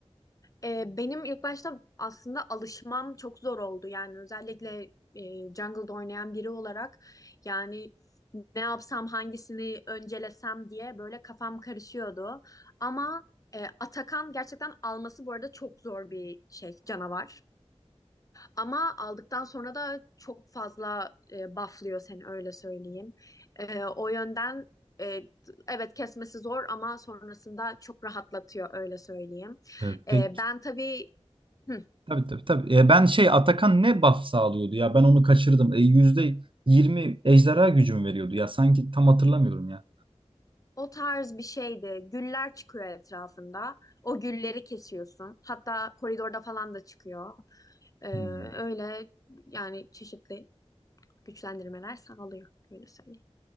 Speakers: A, on the left (about 30°); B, on the right (about 50°).
A: Ee, benim ilk başta aslında alışmam çok zor oldu. Yani özellikle e, jungle'da oynayan biri olarak yani ne yapsam hangisini öncelesem diye böyle kafam karışıyordu. Ama e, Atakan gerçekten alması bu arada çok zor bir şey canavar. Ama aldıktan sonra da çok fazla e, bufflıyor seni öyle söyleyeyim. E, o yönden e, evet kesmesi zor ama sonrasında çok rahatlatıyor öyle söyleyeyim.
B: Ee, pek
A: E, ben tabii hı,
B: Tabii tabii tabii. E, ben şey Atakan ne buff sağlıyordu ya ben onu kaçırdım. E, yüzde yirmi ejderha gücümü veriyordu ya sanki tam hatırlamıyorum ya.
A: o tarz bir şeydi. Güller çıkıyor etrafında. O gülleri kesiyorsun. Hatta koridorda falan da çıkıyor. E,
B: Hmm,
A: öyle yani çeşitli güçlendirmeler sağlıyor öyle söyleyeyim.